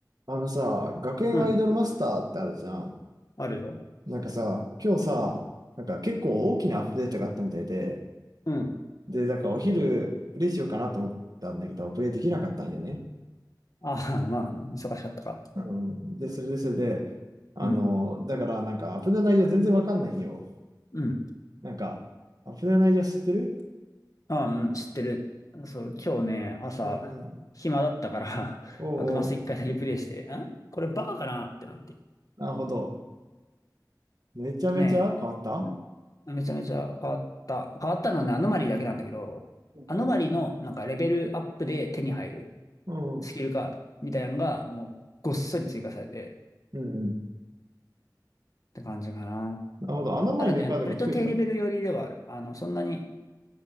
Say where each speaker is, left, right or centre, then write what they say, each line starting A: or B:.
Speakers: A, on the right; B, on the left.
A: あのさ、学園アイドルマスターってあるじゃん。
B: うん。あるよ。
A: なんかさ、今日さ、なんか結構大きなアップデートがあったみたいで、
B: うん。
A: で、なんかお昼プレイしようかなと思ったんだけど、プレイできなかったんよね。
B: ああ、まあ、忙しかったか。
A: うん。で、それでそれで、あの、
B: うん。
A: だからなんかアップデート内容全然わかんないよ。
B: うん。
A: なんか、アップデート内容知ってる
B: ああ、うん、知ってる。そう、今日ね、朝、
A: うんうん。
B: 暇だったから <laughs>
A: おうおう、
B: 幕マス一回だけプレイして、んこれバカかなってなって。
A: なるほど。めちゃめちゃ変わった
B: とね、うんめちゃめちゃ変わった。変わったのはね、アノマリーだけなんだけど、
A: おう
B: アノマリーのなんかレベルアップで手に入る
A: おう。
B: スキルカードみたいなのが、
A: うんうん。
B: もうごっそり追加されてっ
A: うんうん。
B: て感じかな。
A: なるほど。あの前のカードが増えた
B: ただね、割と低レベル寄りではある。あの、そんなに